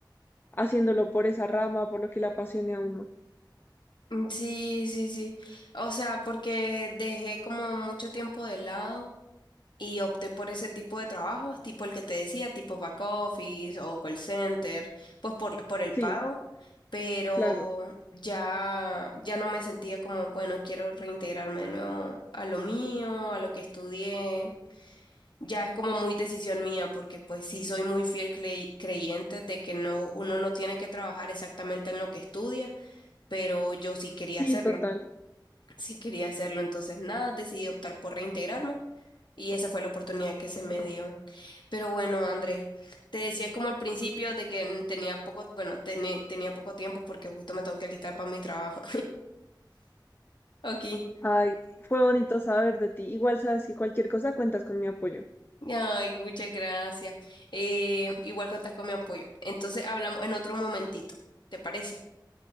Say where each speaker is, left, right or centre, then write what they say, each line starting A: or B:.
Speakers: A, on the left; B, on the left.
A: haciéndolo por esa rama, por lo que le apasione a uno.
B: mm, sí, sí, sí. O sea, porque dejé como mucho tiempo de lado Y opté por ese tipo de trabajos, tipo el que te decía, tipo back office o call center, pues por, por el
A: Sí,
B: pago, pero
A: claro.
B: ya, ya no me sentía como, bueno, quiero reintegrarme de nuevo a lo mío, a lo que estudié. Ya es como muy decisión mía, porque pues sí soy muy fiel crey- creyente de que no, uno no tiene que trabajar exactamente en lo que estudia, pero yo sí quería
A: Sí,
B: hacerlo,
A: total.
B: sí quería hacerlo, entonces nada, decidí optar por reintegrarme. Y esa fue la oportunidad que se me dio. Pero bueno, André, te decía como al principio de que mm, tenía poco, bueno, tené- tenía poco tiempo porque justo me tengo que alistar para mi trabajo. <laughs> Aquí.
A: Ay, fue bonito saber de ti. Igual sabes si cualquier cosa cuentas con mi apoyo.
B: Ay, muchas gracias. Eh, igual contás con mi apoyo. Entonces hablamos en otro momentito. ¿Te parece?